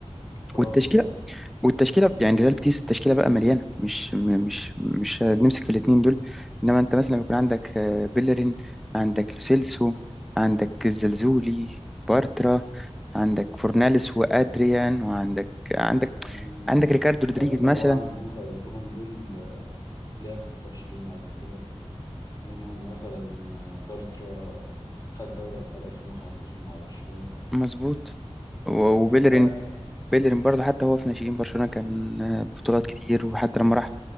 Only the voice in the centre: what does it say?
والتشكيله
والتشكيله يعني ريال بيتيس التشكيله بقى مليانه مش م- مش مش نمسك في الاثنين دول انما انت مثلا لما يكون عندك آه، بيلرين عندك لوسيلسو عندك الزلزولي بارترا عندك فورناليس وادريان وعندك عندك
عندك ريكاردو رودريجيز
مثلا
مظبوط و-
وبيلرين بيلرين برضه حتى هو في ناشئين برشلونه كان آه، بطولات كتير وحتى لما راح